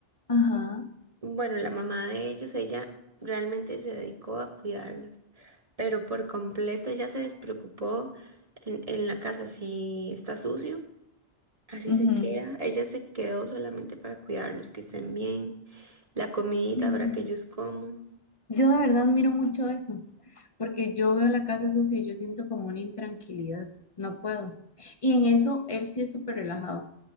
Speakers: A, on the left (about 30°); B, on the right (about 30°).
A: ajá,
B: Bueno, la mamá de ellos, ella realmente se dedicó a cuidarlos, pero por completo ya se despreocupó en, en la casa si está sucio. Así
A: ujú.
B: se queda. Ella se quedó solamente para cuidarlos, que estén bien, la comidita
A: Sí,
B: para
A: sí.
B: que ellos coman.
A: Yo de verdad miro mucho eso. porque yo veo la casa sucia y yo siento como una intranquilidad, no puedo. Y en eso él sí es súper relajado.